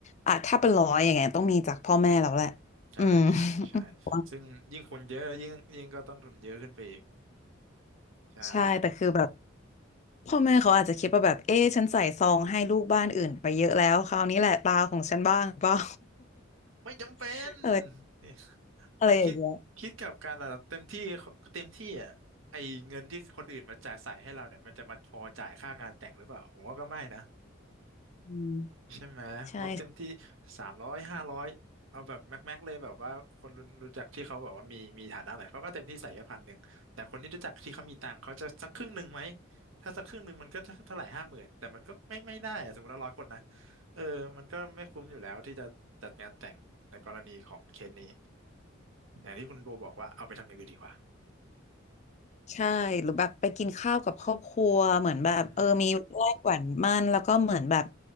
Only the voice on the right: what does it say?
ใช่ใช่ใช่
ซึ่งยิ่งคนเยอะยิ่งยิ่งก็ต้นทุนเยอะขึ้นไปอีกใช่
ไม่จำเป็น
<laughs>
คิดคิดกับการเราเต็มที่เต็มที่อ่ะไอเงินที่คนอื่นมาจ่ายใส่ให้เราเนี่ยมันจะมาพอจ่ายค่างานแต่งหรือเปล่าผมว่าก็ไม่นะ
ใช่ไหมเพราะเต็มที่
สามร้อยห้าร้อยเอาแบบแม็กแม็กเลยแบบว่าคนรู้รู้จักที่เขาแบบว่ามีมีฐานะหน่อยเขาก็เต็มที่ใส่แค่พันหนึ่งแต่คนที่รู้จักที่เขามีตังค์เขาจะสักครึ่งหนึ่งไหมถ้าสักครึ่งหนึ่งมันก็เท่าไหร่ห้าหมื่นแต่มันก็ไม่ไม่ได้อะสมมติว่าร้อยคนนะเออมันก็ไม่คุ้มอยู่แล้วที่จะจัดงานแต่งในกรณีของเคสนี้อย่างที่คุณโบบอกว่าเอาไปทำอย่างอื่นดีกว่า
อืม